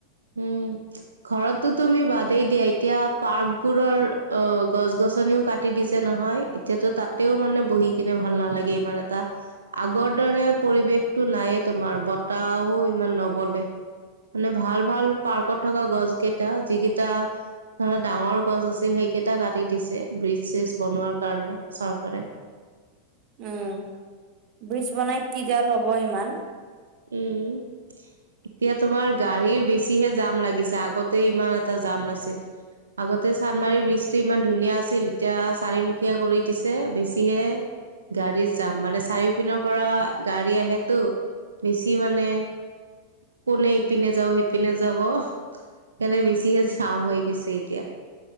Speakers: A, on the right; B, on the right.
A: উম ঘৰতটো তুমি বাদেই দিয়া এতিয়া পাৰ্কবোৰৰ অ গছ গ- গছনিও কাটি দিছে নহয় এতিয়াটো তাতেও মানে বহি কিনে ভাল নালাগে ইমান এটা আগৰ দৰে পৰিৱেশতটো নায়ে তোমাৰ বতাহও ইমান নবলে, মানে ভাল ভাল পাৰ্কত থকা গছ কেইটা যিকেইটা ধৰা ডাঙৰ গছ আছিল সেইকেইটা কাটি দিছে ব্ৰিজ চ্ৰীজ বনোৱাৰ কাৰণে চৰকাৰে <inaudible>
B: উম বীজ বনাই কিডাল হব ইমান।
A: উম। এতিয়া তোমাৰ গাড়ীৰ বেছিহে জাম লাগিছে আগতে ইমান এটা জাম নাছিল। আগতে চান্দমাৰীৰ ব্ৰিজটো ইমান ধুনীয়া আছিল এতিয়া চাৰিমুখীয়া কৰি দিছে বেছিহে গাড়ীৰ যাম মানে চাৰিও পিনৰ পৰা গাড়ী আহেতো। বেছি মানে কোনে ইপিনে যাব সিপিনে যাব। সেইকাৰণে বেছিহে ঝাম হৈ গৈছে এতিয়া।